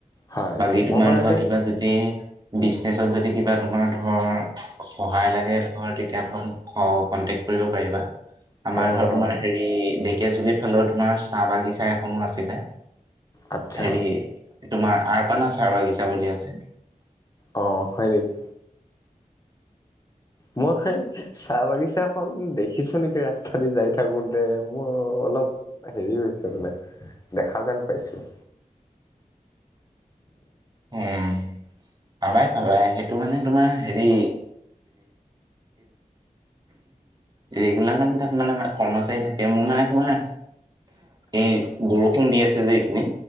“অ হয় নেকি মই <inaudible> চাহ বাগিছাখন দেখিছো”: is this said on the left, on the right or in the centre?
Left